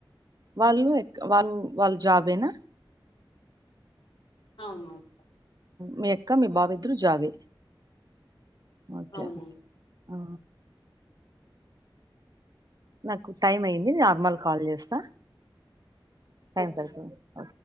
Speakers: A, on the right; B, on the left.
A: వాళ్ళు ఎ వాళ్ళు వాళ్ళు జాబేనా
B: అవునవును
A: మీ అక్క మీ బాబు ఇద్దరు జాబే ఒకే
B: అవునవును
A: ఆ నాకు టైం అయింది నార్మల్ కాల్ చేస్తా టైం
B: ఓకే
A: సరిపోదు ఒ